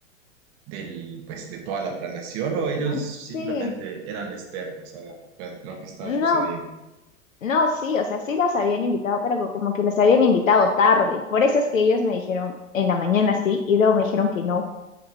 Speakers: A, on the right; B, on the left.
A: del, pues, de toda la planeación o ellos simplemente
B: Sí,
A: eran externos a, a lo que estaba
B: no,
A: sucediendo? <laughs>
B: No, sí, o sea, sí las habían invitado, pero co- como que les habían invitado tarde. Por eso es que ellos me dijeron en la mañana sí y luego me dijeron que no.